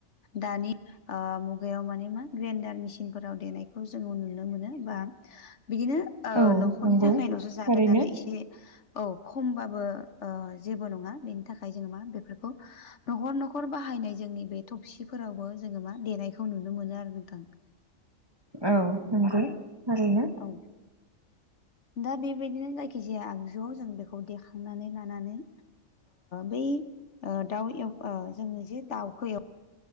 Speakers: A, on the left; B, on the right.
A: दानि मुगायाव माने मा ग्रेन्डार मेसिनफोराव देनायखौ जोङो नुनो मोनो बा बिदिनो
B: औ
A: न'खरनि
B: नंगौ
A: थाखाय न'सो जागोन
B: थारैनो
A: नालाय एसे औ खमबाबो जेबो नङा बेनि थाखाय जोङो मा बेफोरखौ न'खर न'खर बाहायनाय जोंनि बे थबसिफोरावबो जोङो मा देनायखौ नुनो मोनो आरो नोंथां। <inaudible>
B: औ नंगौ ओरैनो।
A: औ। दा बेबायदिनो जायखि जाया आगजुआव जों बेखौ देखांनानै लानानै। बै दाउ जोङो जे दाउखौ।